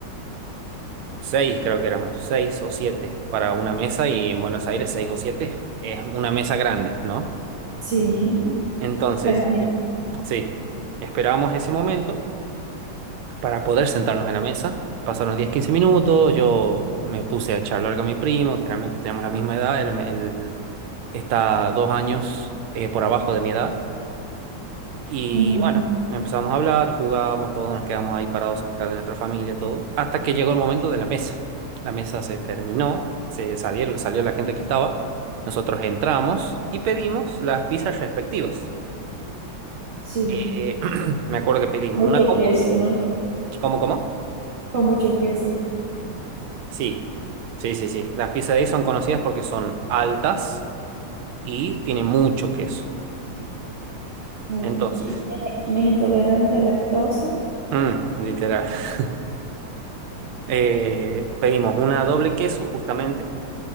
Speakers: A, on the right; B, on the right.
A: seis, creo que éramos seis o siete para una mesa y en Buenos Aires seis o siete es una mesa grande, ¿no?
B: Sí, <laughs>
A: Entonces,
B: me imagino.
A: eh, sí, esperábamos ese momento. para poder sentarnos en la mesa. Pasaron 10-15 minutos, yo me puse a charlar con mi primo, generalmente tenemos la misma edad, él, él está dos años eh, por abajo de mi edad. Y
B: Ujú,
A: bueno, empezamos a hablar, jugábamos todos, nos quedamos ahí parados cerca de nuestra familia, todo, hasta que llegó el momento de la mesa. La mesa se terminó, se salieron, salió la gente que estaba, nosotros entramos y pedimos las pizzas respectivas.
B: Sí.
A: Eh, <clears throat> me acuerdo que pedimos
B: Con Mucho
A: una combo,
B: queso, ¿no?
A: ¿cómo, cómo?
B: Con mucho queso.
A: Sí, sí, sí, sí. Las pizzas de ahí son conocidas porque son altas y tienen mucho queso.
B: Uh,
A: Entonces,
B: ¿Qui- ¿Quién es quién es intolerante a lactosa?
A: mm, literal. <laughs> Eh, pedimos una doble queso, justamente.